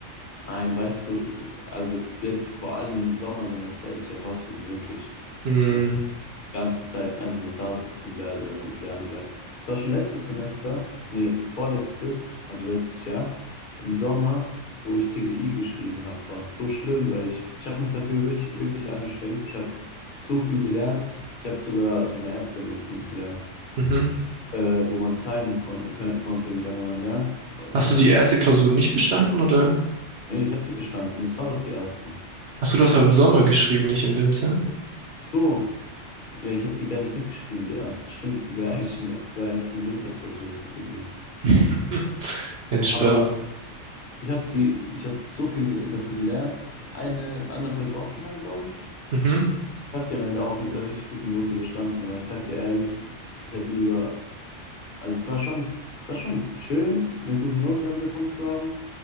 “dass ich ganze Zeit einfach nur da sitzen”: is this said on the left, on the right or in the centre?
Left